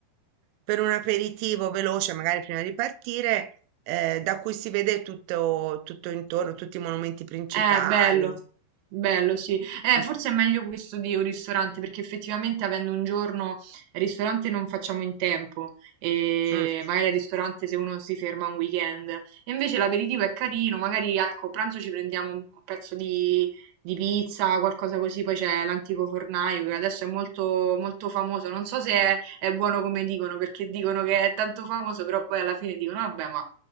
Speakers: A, on the right; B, on the right.
A: per un aperitivo veloce, magari prima di partire, eh, da cui si vede tutto, tutto intorno, tutti i monumenti principali.
B: Eh, bello, bello, sì. Eh,
A: Mm,
B: forse è meglio questo di un ristorante, perché effettivamente avendo un giorno il ristorante non facciamo in tempo, e
A: mm.
B: magari al ristorante se uno si ferma un weekend. E invece l'aperitivo è carino, magari ecco, a pranzo ci prendiamo un un pezzo di, di pizza, qualcosa così, poi c'è l'antico fornaio che adesso è molto, molto famoso. Non so se è, è buono come dicono, perché dicono che è tanto famoso, però poi alla fine dicono, vabbè, ma